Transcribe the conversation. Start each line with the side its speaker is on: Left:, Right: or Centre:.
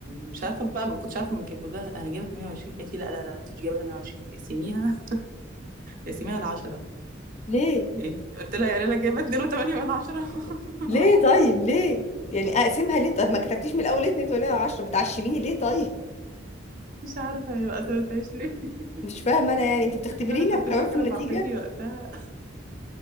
Right: مش عارفه بقى ما كنتش عارفه من كام قلت لها انا جايبه 28 قالت لي لا لا لا انت مش جايبه 28 اقسميها اقسميها ل 10
Left: ليه
Right: يعني قلت لها يعني انا جايبه 2.8 من 10 <laughs> من
Left: ليه
Right: 10
Left: طيب ليه يعني اقسمها ليه طب ما كتبتيش من الاول ليه اتنين ولا عشرة بتعشميني ليه طيب
Right: مش عارفه هي بقى سابتهاش ليه <laughs>
Left: مش فاهمه انا يعني انت بتختبرينا
Right: بس انا كنت
Left: كمان
Right: فاكره
Left: في النتيجه
Right: فرحتي وقتها